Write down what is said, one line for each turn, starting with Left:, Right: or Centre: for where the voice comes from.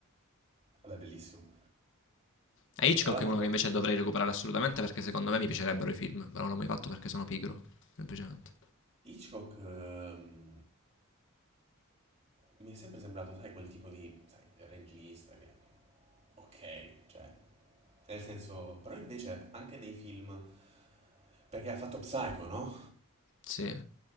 Right: Vabbè, bellissimo.
Left: E Hitchcock
Right: Tra l'altro,
Left: è uno che invece dovrei recuperare assolutamente perché secondo me mi piacerebbero i film, però non l'ho mai fatto perché sono pigro, semplicemente.
Right: Hitchcock ehm, Mi è sempre sembrato, sai, quel tipo di, sai, regista che... Ok, cioè... Nel senso... Però invece anche nei film... Perché ha fatto Psycho, no?
Left: Sì?